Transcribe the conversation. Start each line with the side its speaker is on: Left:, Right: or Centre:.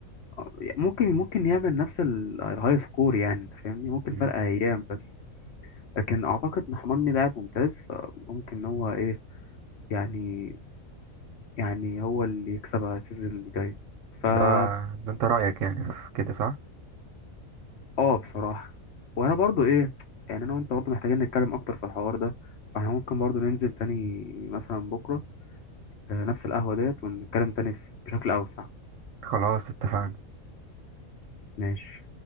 Left: آه، ممكن ممكن يعمل نفس ال- الهاي سكور يعني انت فاهمني ممكن
Right: امم
Left: فرق ايام بس لكن اعتقد محمدني لاعب ممتاز فممكن إن هو ايه يعني يعني هو اللي يكسبها السيزون اللي جاي فا
Right: ده ده انت رأيك يعني في كده صح
Left: اه بصراحة وانا برضو ايه يعني انا وانت برضو محتاجين نتكلم اكتر في الحوار ده فاحنا ممكن برضو ننزل تاني مثلا بكرة آه، نفس القهوة ديت ونتكلم تاني بشكل اوسع
Right: خلاص اتفقنا
Left: ماشي